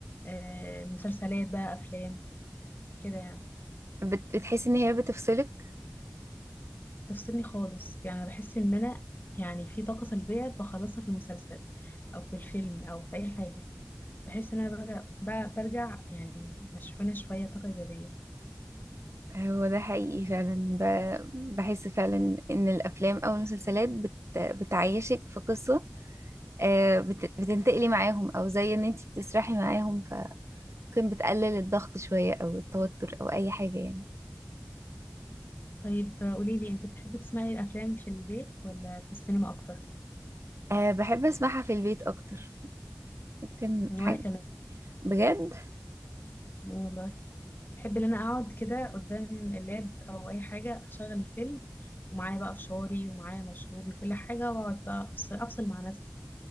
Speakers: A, on the left; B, on the right.
A: آه، مسلسلات بقى أفلام كده يعني
B: بت- بتحسي ان هي بتفصلك
A: تفصلني خالص يعني أنا بحس إن أنا يعني في طاقة سلبية بخلصها في المسلسل أو في الفيلم أو في أي حاجة بحس إن أنا برجع, ب- برجع يعني مشحونة شوية طاقة إيجابية
B: هو ده حقيقي فعلا ب- بحس فعلا ان الافلام او المسلسلات بت بتعيشك في قصة آه، بت- بتنتقلي معاهم او زي ان انت بتسرحي معاهم فممكن بتقلل الضغط شوية او التوتر او اي حاجة يعني
A: طيب آه، قوليلي أنت بتحبي تسمعي الأفلام في البيت ولا في السينما أكتر
B: أه بحب اسمعها في البيت اكتر ممكن
A: وأنا
B: حاجة
A: كمان
B: بجد
A: والله بحب ان انا اقعد كده قدام اللاب او اي حاجه اشغل الفيلم ومعايا بقى فشاري ومعايا مشروبي كل حاجه واقعد بقى افصل افصل مع نفسي